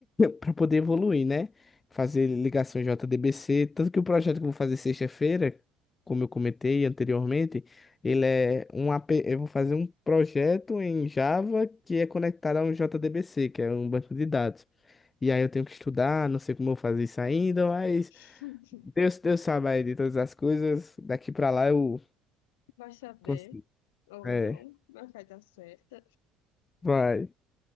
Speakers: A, on the left; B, on the left.
A: para poder evoluir, né? Fazer ligações JDBC, tanto que o projeto que eu vou fazer sexta-feira, como eu comentei anteriormente, ele é um AP, eu vou fazer um projeto em Java que é conectado a um JDBC, que é um banco de dados. E aí eu tenho que estudar, não sei como eu vou fazer isso ainda, mas
B: <laughs>
A: Deus, Deus sabe aí de todas as coisas, daqui para lá eu
B: Vai saber
A: consigo.
B: ou
A: É,
B: não, mas vai dar certo.
A: vai.